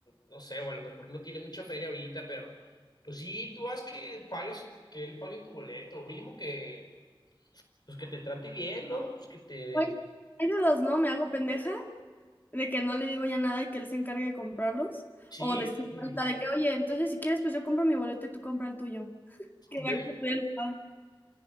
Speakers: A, on the left; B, on the left.
A: no sé, o a lo mejor no tiene mucha feria ahorita, pero pues sí, tú haz que pagues, que él pague tu boleto, mínimo que, pues que te trate bien, ¿no? Pues que te,
B: Oye, Hay de dos, ¿no? Me hago pendeja de que no le digo ya nada y que él se encargue de comprarlos.
A: sí,
B: O de ser
A: sí.
B: ahorita de que, oye, entonces si quieres, pues yo compro mi boleto y tú compra el tuyo. Que
A: Yo
B: va
A: digo,
B: que estoy enojada.